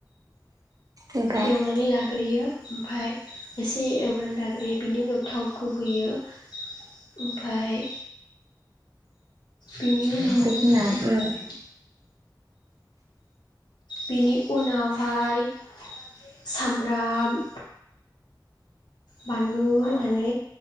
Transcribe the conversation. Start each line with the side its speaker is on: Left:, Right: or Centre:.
Right: ओमफ्राय
Left: एवनानै लाग्रोयो। ओमफाय एसे एवनानै लाग्रोयो बिनि उनाव थावखौ होयो। ओमफाय बेनि उनाव।
Right: बिनि उम
Left: बेनि उनावहाय सामब्राम बानलु होननानै